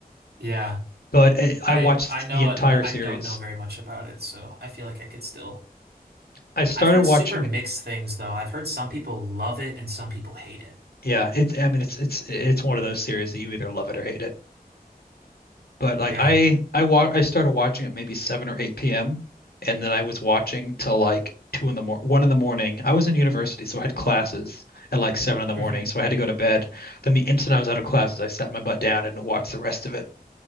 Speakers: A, on the right (about 85°); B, on the left (about 75°).
A: Yeah.
B: But it, I
A: I
B: watched
A: I know
B: the entire
A: it-
B: series.
A: I don't know very much about it, so I feel like I could still
B: I started
A: I've heard
B: watching
A: super mixed things though. I've heard some people love it and some people hate it.
B: Yeah, it's I mean it's it's it's one of those series that you either love it or hate it. But like
A: Yeah.
B: I I wa I started watching it maybe 7 or 8 p.m. and then I was watching till like 2 in the mor 1 in the morning. I was in university, so I had classes at like 7 in the morning,
A: <laughs>
B: so I had to go to bed. Then the instant I was out of classes, I sat my butt down and watched the rest of it.